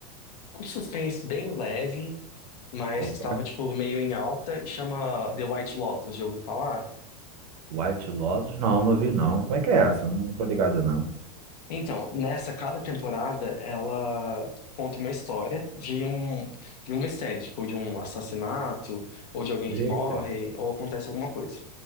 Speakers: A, on the left; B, on the right.
A: um suspense bem leve, mas
B: opa,
A: que estava, tipo, meio em alta, chama The White Lotus, já ouviu falar?
B: White Lotus? Não, não vi não. Como é que é essa? Eu Não tô ligado não.
A: Então, nessa, cada temporada, ela conta uma história de um, de um mistério, tipo, de um assassinato, ou de alguém
B: Eita.
A: que morre, ou acontece alguma coisa.